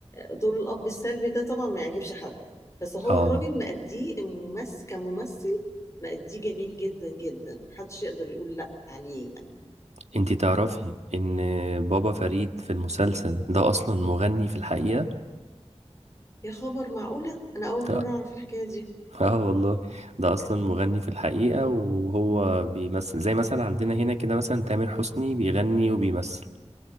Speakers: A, on the left (about 25°); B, on the right (about 70°).
A: دور الأب السلبي ده طبعا ما يعجبش حد بس هو
B: اه
A: الراجل مأديه الممثل كممثل مأديه جميل جدا جدا محدش يقدر يقول لأ عليه يعني
B: انت تعرفي ان بابا فريد في المسلسل ده اصلا مغني في الحقيقة
A: يا خبر معقولة أنا أول
B: اه
A: مرة أعرف الحكاية دي
B: آه والله ده اصلا مغني في الحقيقة وهو بيمثل زي مثلا عندنا هنا كده مثلا تامر حسني بيغني وبيمثل